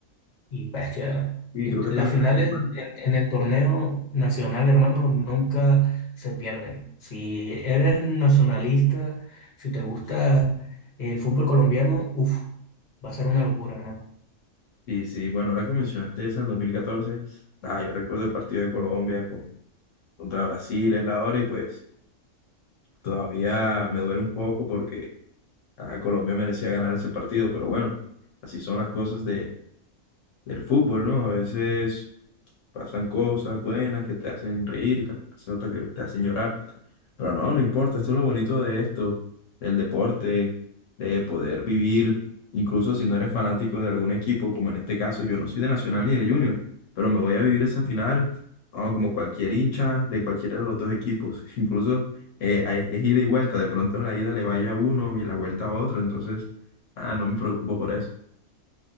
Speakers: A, on the left (about 35°); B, on the left (about 70°).
A: Y bestia,
B: Y
A: est-
B: creo que
A: las
B: también
A: finales
B: la recuerdo.
A: en, en el torneo nacional, hermano, nunca se pierden. Si eres nacionalista, si te gusta el fútbol colombiano, uff, va a ser una locura, hermano.
B: Y sí, bueno, ahora que mencionaste esa, el 2014, nada, yo recuerdo el partido de Colombia con, contra Brasil, es la hora, y pues todavía me duele un poco porque ah, Colombia merecía ganar ese partido, pero bueno, así son las cosas de, del fútbol, ¿no? A veces Pasan cosas buenas que te hacen reír, que pasan otras que te hacen llorar. Pero no, no importa, esto es lo bonito de esto, del deporte, de poder vivir, incluso si no eres fanático de algún equipo, como en este caso, yo no soy de Nacional ni de Junior, pero me voy a vivir esa final, ah, como cualquier hincha de cualquiera de los dos equipos. <laughs> Incluso eh, hay- es ida y vuelta, de pronto en la ida le vaya a uno y en la vuelta a otro, entonces, ah, no me preocupo por eso.